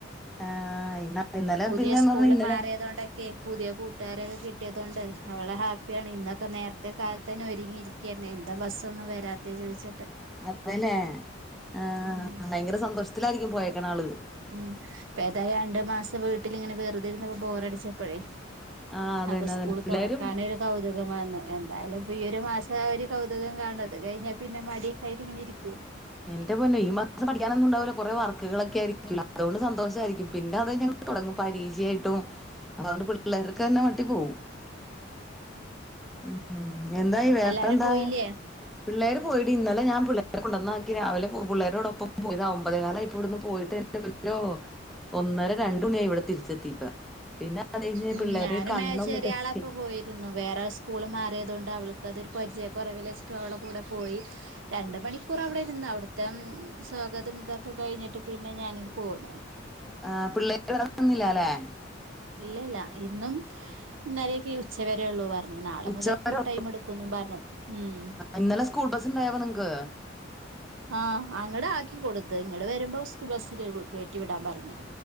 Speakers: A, in the centre; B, on the right.
A: ആഹ് ഇന്ന ഇന്നലെ
B: പുതിയ
A: പിന്നെന്ന്
B: സ്കൂള്
A: പറഞ്ഞ ഇന്നലെ
B: മാറിയതുകൊണ്ടൊക്കെ പുതിയ കൂട്ടുകാരെയൊക്കെ കിട്ടിയ തുകൊണ്ട് അവള് ഹാപ്പിയാണ് ഇന്നൊക്കെ നേരത്തെ കാലത്തന്നെ ഒരുങ്ങിയിരിക്കാരുന്നു എന്താ ബസ്സൊന്നും വരാത്തെ ചോയിച്ചിട്ട്
A: അതേല്ലെ ആ
B: ഉം
A: ഭയങ്കര സന്തോ ത്തിലായിരിക്കും പോയേക്കണ ആള്
B: ഉം ഇപ്പേതായാണ്ടു മാസം വീട്ടിലിങ്ങനെ വെറുത ഇരുന്നപ്പോ ബോറടിച്ചപ്പഴേ
A: ആഹ് അതന്നെ
B: അപ്പൊ സ്കൂള്
A: അതന്നെ പിള്ളേരും
B: തൊറക്കാനൊരു കൗതു മാന്നു എന്തായാലു ഇപ്പൊ ഈയൊരുമാസം ആ ഒരു കൗതുകം കാണും അതുകഴിഞ്ഞാൽ പിന്നെ മടിയിൽ കയറി ഇങ്ങനെ ഇരിക്കും
A: എന്റെ പൊന്നെ ഈ മാസം പഠിക്കാനൊന്നും ഉണ്ടാവില്ല കൊറെ വർക് ക്കുകളൊക്കെ ആയിരിക്കും അതുകൊണ്ട് സന്തോഷാരിക്കും പിന്നെ അതഴിഞ്ഞങ്ങോട്ട് തൊടങ്ങും പരീഷായിട്ടും അതൊണ്ട് പിള്ളേർക്കുതന്നെ മടി പോവും ഉം എന്തായി വേറെന്താ?
B: എല്ലാരും പോയില്ലേ
A: പിള്ളേര് പോയെടി ഇന്നലെ ഞാൻ പിള്ളേരെ കൊണ്ടുന്നാക്കി രാവിലെ പു പിള്ളേരോടൊപ്പം പോയത ഒമ്പതേകാലായപ്പിടുന്ന് പോയിട്ട് ന്റെപൊന്നോ ഒന്നര രണ്ട്ണിയായ് ഇവിടെ തിരിച്ചെത്തിപ്പ പിന്നെ അത് കഴിഞ്ഞ്
B: ഉം
A: പിള്ളേര്
B: ഞാനും
A: കണ്ണൊന്ന്
B: മേച്ചേരി
A: ടെസ്റ്റ്
B: ആളപ്പം
A: ചെയ്
B: പോയിരുന്നു വേറെ- സ്കൂള് മാറിയതുകൊണ്ട് അവൾക്കതൊരു പരിചയക്കൊറവൽ വെച്ചിട്ട് അവൾടെകൂടെ പോയി രണ്ട് മണിക്കൂർ അവിടിര്ന്ന് അവിടെ- മത്തം സ്വാഗതം ഇതൊക്കെ കഴിഞ്ഞിട്ട് പിന്നെ ഞാനിട്ട്പോന്നു
A: ആ പിള്ളേ <unintelligible> ന്നില്ലല്ലെ
B: ഇല്ല ഇല്ല ഇന്നും ഇന്നലേക്കെ ഉച്ചവരെള്ളൂ പറ- ഞ്ഞ് നാളെ
A: ഉച്ചവരെ
B: മുതൽ ഫുൾ ടൈം എടുക്കുന്നും പറഞ്ഞു ഉം
A: ഇന്നലെ സ്കൂൾ ബസ് ഉണ്ടായപ്പോ നിങ്ങക്ക്
B: ആഹ് അങ്ങടാക്കി കൊടുത്ത് ഇങ്ങട് വരുമ്പോ സ്കൂൾ ബസ്സിൽ കേറ്റിവിടാൻ പറഞ്ഞ്